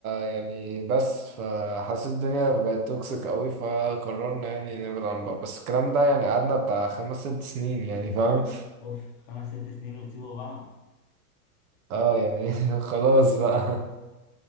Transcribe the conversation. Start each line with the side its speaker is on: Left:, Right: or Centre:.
Right: يعني بس فحسيت الدنيا بقت توكسيك قوي فقررنا يعني نبعد عن بعض بس الكلام ده يعني قعدنا بتاع خمس ست سنين يعني فاهم
Left: اوف خمس ست سنين وتسيبوا بعض
Right: اه يعني <laughs> خلاص بقى